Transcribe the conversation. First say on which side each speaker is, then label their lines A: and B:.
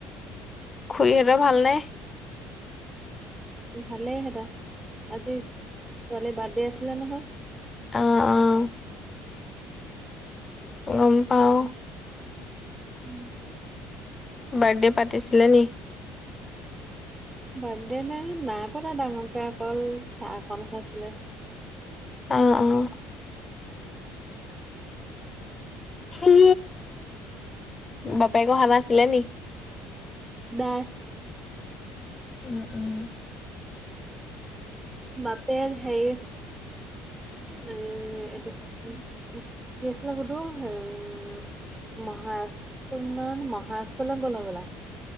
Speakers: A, on the left (about 30°); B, on the right (about 20°).
A: খুুৰীহঁতৰ ভাল নে?
B: ভালেই সেইতৰ। আজি ছোৱালীৰ বাৰ্থডে আছিলে নহয়।
A: অ', অ', গম পাওঁ।
B: উম।
A: বাৰ্থডে পাতিছিলে নি?
B: বাৰ্থডে নাই নাই পতা ডাঙৰকে অকল চাহখন খাইছিলে।
A: আঁহ আঁহ। উ বাপেক অহা নাছিলে নি?
B: নাই।
A: উম উম।
B: বাপেক হেৰি এ এইটো কি আছিলে হুদুৰ হেই মহাৰাষ্ট্ৰ মহাৰাষ্ট্ৰলৈ গ'ল হবলা।